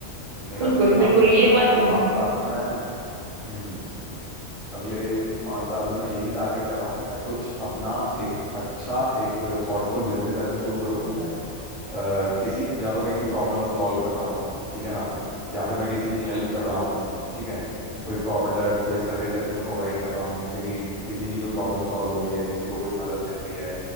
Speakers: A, in the centre; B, on the right.
A: तो मेरा
B: बिल्कुल
A: तो यही
B: बिल्कुल
A: मानना है कि
B: ये
A: मैं अगले
B: बात तो
A: पांच
B: है
A: साल में मैं हम्म हम्म अगले पाँच साल में मैं यही टारगेट कर रहा हूँ कि मैं कुछ अपना एक अच्छा एक थॉटफुल बिजनेस ऐसा शुरू करूँ कि मैं अ, किसी या तो मैं किसी प्रॉब्लम को सॉल्व कर रहा हूँ ठीक है ना या फिर मैं किसी की हेल्प कर रहा हूँ ठीक है कोई प्रोडक्ट कोई सर्विस ऐसी मैं प्रोवाइड कर रहा हूँ जिससे कि किसी की कोई प्रॉब्लम सॉल्व हो रही है किसी को कोई मदद मिल रही है